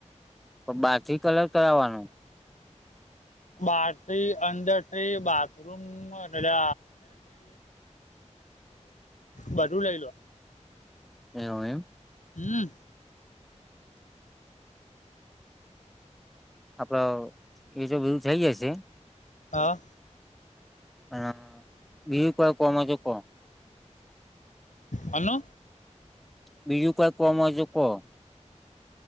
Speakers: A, in the centre; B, on the left (about 80°).
A: તો બાર થી કલર કરાવવાનું.
B: બ અંડર ટ્રી બાથરૂમ એ લે બધું લઈ લો.
A: એમ એમ.
B: હમ
A: આપડ એજ બધું થઈ જશે.
B: આ?
A: હમ બીજું કોઈ કોમ હોય તો કો.
B: હલ્લો.
A: બીજું કોઈ કોમ હોય તો કો.